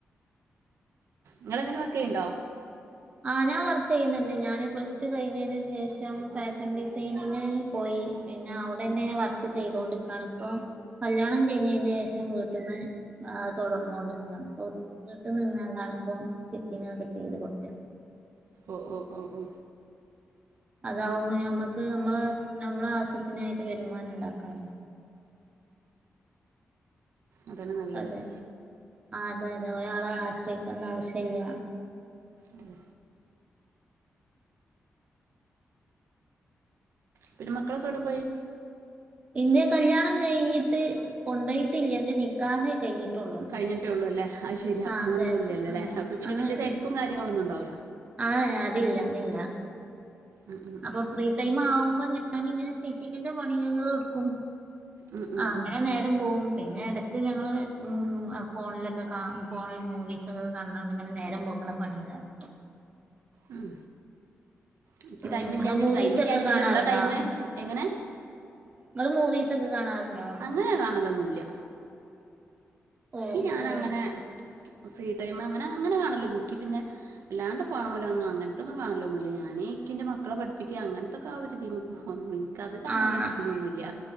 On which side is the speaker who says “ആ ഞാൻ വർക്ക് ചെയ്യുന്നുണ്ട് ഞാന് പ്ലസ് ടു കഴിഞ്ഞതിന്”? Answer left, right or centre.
Right